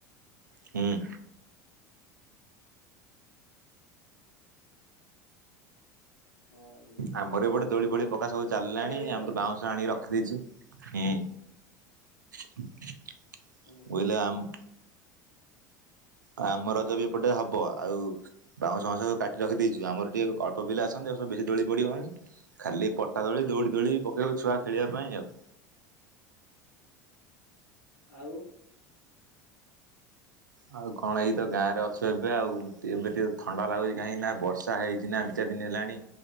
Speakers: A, on the right; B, on the left.
A: ହୁଁ।
B: ହଁ ଭାଇ
A: ଆମର ଅବାଟେ ଦୋଳି ଫୋଳି ପକା ସବୁ ଚାଲିଲାଣି
B: ଭାଇ ଭଲ
A: ଆମ ତ ବା ଟାଣି ରଖିଦେଇଚୁ ହୁଁ ବୋଇ
B: ହୁଁ
A: ରେଲେ ଆମ ଆଉ ଆମର
B: ହଁ
A: ତ ବି ଏପଟେ ହବ ଆଉ ବାଉଁସ ମସ କାଟି ରଖି ଦେଇଛୁ ଆମର ଟିକେ ଅଳ୍ପ ପିଲା ଆସନ୍ତି ଏ ସବ ଦୋଳି ପଡ଼ିବନି। ଖାଲି ପଟା ଦୋଳି ଦୌଡ଼ି ଦୌଳି ପକେଇବକୁ ଛୁଆ ଖେଳିବା ପାଇଁ ଆଉ।
B: ଆଉ।
A: ଆଉ କଣ ଏଇ ତ ଗାଁ ରେ ଅଛୁ ଏବେ ଆଉ ଏବେ ଟିକେ ଥଣ୍ଡା ଲାଗୁଚି କାହିଁକି ନାଁ ବର୍ଷା ହେଇଛି ନାଁ। ତିନଚାର ଦିନ ହେଲାଣି